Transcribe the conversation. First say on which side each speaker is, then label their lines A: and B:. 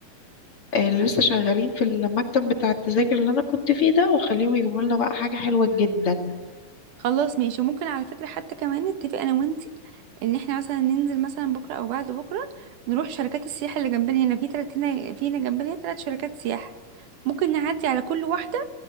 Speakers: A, on the left; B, on the right.
A: آه، اللي لسه شغالين في المكتب بتاع التذاكر اللي انا كنت فيه ده واخليهم يجيبوا لنا بقى حاجة حلوة جدا
B: خلاص ماشي وممكن على فكره حتى كمان نتفق انا وانتي ان احنا مثلا ننزل مثلا بكره او بعد بكره نروح شركات السياحه اللي جنبنا هنا في تلات هنا في هنا جنبنا ثلاث شركات سياحه ممكن نعدي على كل واحده